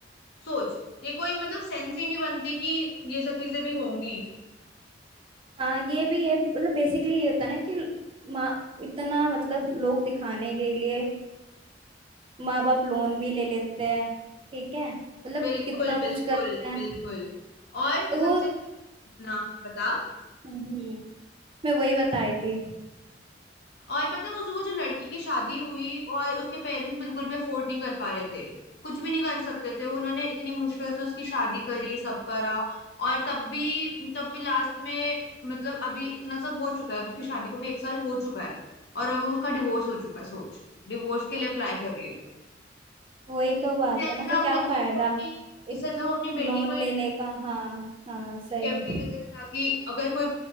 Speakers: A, on the left (about 60°); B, on the right (about 30°).
A: सोच ये कोई मतलब सेंस ही नहीं बनती कि ये सब चीजें भी होंगी
B: हाँ ये भी है मतलब बेसिकली ये होता है ना कि माँ इतना मतलब लोग दिखाने के लिए माँ बाप लोन भी ले लेते हैं ठीक है मतलब
A: बिल्कुल
B: कितना
A: बिल्कुल
B: कुछ करते हैं
A: बिल्कुल और
B: तो
A: सबसे
B: वो
A: ना हाँ, बता
B: हम्म मैं वही बताई थी
A: और पता है उस वो जो लड़की की शादी हुई और उसके पेरेंट्स बिल्कुल भी अफोर्ड नहीं कर पा रहे थे कुछ भी नहीं कर सकते थे उन्होंने इतनी मुश्किल से उसकी शादी करी सब करा और तब भी तब भी लास्ट में मतलब अभी इतना सब हो चुका है अब उसकी शादी को भी एक साल हो चुका है और अब उसका डिवोर्स हो चुका है सोच डिवोर्स के लिए अप्लाई कर रही है वो।
B: वही तो बात
A: इससे
B: है
A: अच्छा
B: ना फिर
A: वो
B: क्या
A: बच्चे
B: फायदा
A: की अपनी
B: इत,
A: इससे अच्छा वो अपनी
B: लोन
A: बेटी को एक
B: लेने का हाँ हाँ
A: सेफ्टी
B: सही
A: देते थे ताकि अगर कोई